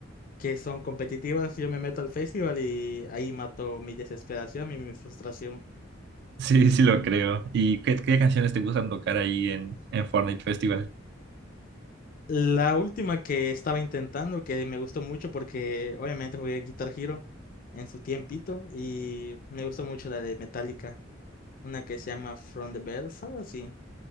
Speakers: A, on the left (about 45°); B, on the right (about 60°).
A: que son competitivas, yo me meto al festival y ahí mato mi desesperación y mi frustración.
B: Sí, sí lo creo. ¿Y qué, qué canciones te gustan tocar ahí en, en Fortnite Festival?
A: La última que estaba intentando, que me gustó mucho porque obviamente jugué Guitar Hero en su tiempito y me gustó mucho la de Metallica, una que se llama From the Bells, algo así.